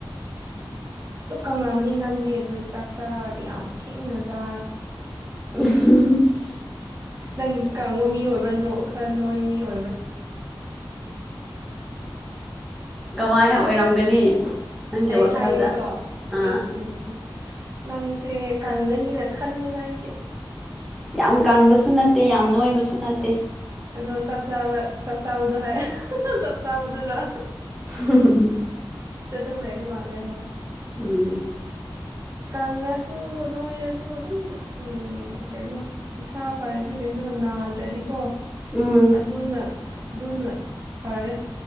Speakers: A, on the right (about 40°); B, in the centre.
A: ꯑꯗꯨ ꯀꯪꯉꯝꯅꯤ ꯅꯪꯗꯤ ꯑꯗꯨ ꯆꯥꯛ ꯆ ꯌꯥꯝ ꯊꯦꯡꯅ ꯆꯥ
B: <unintelligible>
A: ꯅꯪ ꯀꯥꯡꯕ ꯃꯤ ꯑꯣꯏꯕ꯭ꯔꯥ ꯈꯔ ꯅꯣꯏꯕ ꯃꯤ ꯑꯣꯏꯕ
B: <inaudible> ꯀꯃꯥꯏꯅ ꯑꯣꯏꯔꯝꯒꯅꯤ ꯅꯪꯒꯤ
A: ꯑꯩ
B: ꯋꯥꯈꯜꯗ
A: ꯍꯥꯏꯒꯦꯀꯣ ꯑꯩ
B: ꯑꯥ
A: ꯎꯝ ꯅꯪꯁꯦ ꯀꯪꯒꯅꯤꯅ ꯈꯜꯂꯦꯅ ꯑꯩꯗꯤ
B: ꯌꯥꯝ ꯀꯪꯕꯁꯨ ꯅꯠꯇꯦ ꯌꯥꯝ ꯅꯣꯏꯕꯁꯨ ꯅꯠꯇꯦ
A: ꯑꯗꯨꯗ ꯆꯞ ꯆꯥꯕ ꯆꯞ ꯆꯕꯗꯨ ꯍꯥꯏ ꯆꯞ ꯆꯕꯗꯨꯔ
B: <unintelligible>
A: ꯇꯨꯝ ꯂꯩ ꯃꯥꯥꯡꯂꯦ ꯍꯥꯏ
B: ꯎꯝ
A: ꯅꯪꯉꯁꯨ ꯅꯣꯏꯔꯁꯨ ꯑꯗꯨꯝ ꯎ ꯀꯩꯅꯣ ꯏꯁꯥ ꯐꯔꯗꯤ ꯀꯩꯅꯣ ꯅꯥ ꯌꯥꯗ꯭ꯔꯗꯤꯀꯣ
B: ꯎꯝ
A: ꯑꯗꯨꯅ ꯑꯗꯨꯅ ꯐꯔꯦ